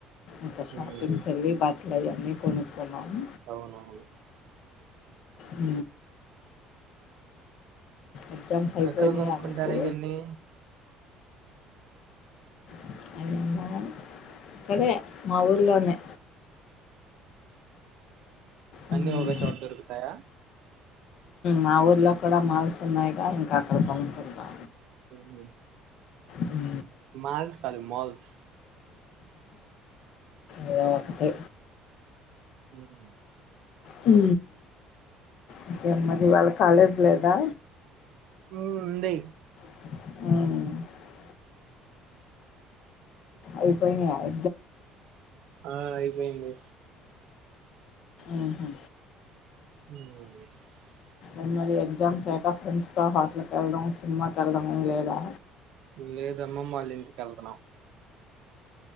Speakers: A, on the left; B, on the right.
A: ఇంకా షాపింగ్
B: మ్మ్
A: వెల్లి బట్టలు అయి అన్ని కొనుక్కున్నాను
B: అవునవును
A: ఊ ఎగ్జామ్స్ అయిపోయినాయా
B: ఎక్కడ కొనుక్కుంటారు
A: మీకు
B: అయన్నీ
A: <unintelligible> ఇక్కడే మా ఊరిలోనే మ్మ్.
B: అన్నీ ఒక చోట దొరుకుతాయా
A: మా ఊర్లో కూడా మాల్స్ ఉన్నాయిగా ఇంకా అక్కడ కొనుక్కుంటా
B: ఉహు
A: హు
B: మల్స్ కాదు మల్ల్స్
A: ఏదో ఒకటి
B: ఉహు
A: హు ఇంకా ఏంది మరి ఇవాళ్ళ కాలేజ్ లేదా
B: ఊ ఉంది
A: <unintelligible> అయిపోయినయా ఆ
B: ఆ అయిపోయింది
A: ఉహు
B: <unintelligible>
A: అడ్ మరీ ఎగ్జామ్స్ అయ క ఫ్రెండ్స్ తో హోటల్కి వెళ్ళడం సినిమాకెళ్ళడం ఏమి లేదా
B: లేదమ్మమ్మ వాళ్ళ ఇంటికి వెళ్తున్నాం